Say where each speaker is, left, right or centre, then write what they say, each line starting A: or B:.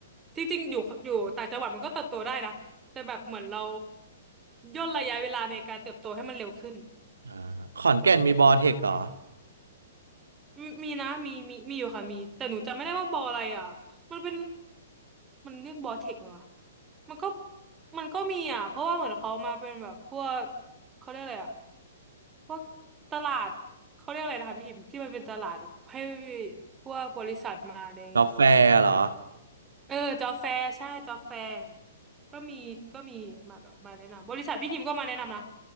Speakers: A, on the right; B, on the right.
A: จริงๆอยู่อยู่ต่างจังหวัดมันก็เติบโตได้นะแต่แบบเหมือนเราย่นระยะเวลาในการเติบโตให้มันเร็วขึ้น
B: อ่าขอนแก่นมีบอเทคเหรอ
A: มีมีนะมีมีมีอยู่ค่ะมีแต่หนูจำไม่ได้ว่าบออะไรอ่ะมันเป็นมันเรียกบอเทคไหมวะมันก็มันก็มีอ่ะเพราะว่าเหมือนเขามาเป็นแบบพวกเขาเรียกอะไรอ่ะพวกตลาดเขาเรียกอะไรนะคะพี่พิมพ์ที่มันเป็นตลาดแบบให้พวกบริษัทมาอะไรเงี้ย
B: กาแฟเหรอ
A: เออจอแฟร์ใช่จอแฟร์ก็มีก็มีมาแบบมาแนะนำบริษัทพี่พิมพ์ก็มาแนะนำนะ